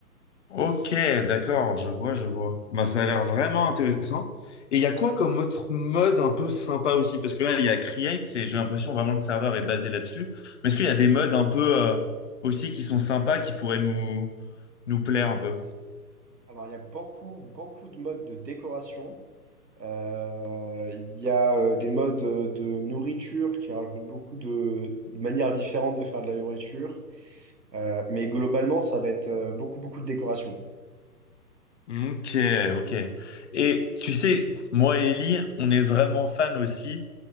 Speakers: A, on the left; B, on the right.
A: Ok, d'accord, je vois, je vois. Bah, ça a l'air vraiment intéressant. Et il y a quoi comme autre mode un peu sympa aussi? Parce que là, il y a Create, et j'ai l'impression vraiment que le serveur est basé là-dessus. Mais est-ce qu'il y a
B: Ouais.
A: des modes un peu euh, aussi qui sont sympas, qui pourraient nous, nous plaire un peu?
B: Alors, il y a beaucoup, beaucoup de modes de décoration. Euh, Il y a euh, des modes euh, de nourriture qui rajoutent beaucoup de, de manières différentes de faire de la nourriture. Euh, mais globalement, ça va être euh, beaucoup, beaucoup de décoration.
A: Ok, ok. Et tu sais, moi et Ellie, on est vraiment fan aussi